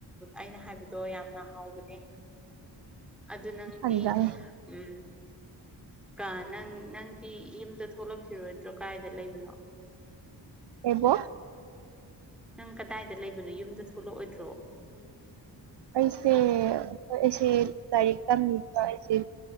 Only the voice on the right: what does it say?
<inaudible>
ꯆꯥꯅꯤ ꯆꯥꯅꯤ
ꯑꯦꯕꯨꯣ <unintelligible> <inaudible>
ꯑꯩꯁꯦ ꯑꯩꯁꯦ ꯂꯥꯏꯔꯤꯛ ꯇꯝꯃꯤꯕ ꯑꯩꯁꯦ,